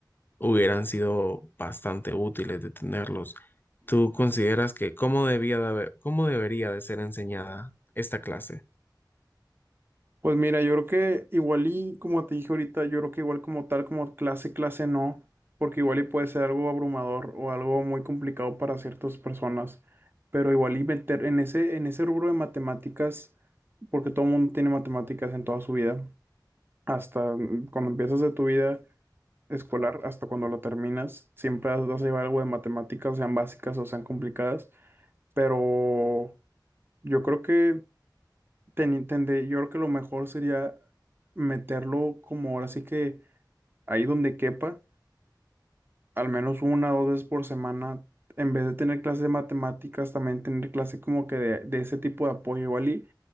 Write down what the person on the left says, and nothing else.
hubieran sido bastante útiles de tenerlos. ¿Tú consideras que cómo debía de haber- cómo debería de ser enseñada esta clase?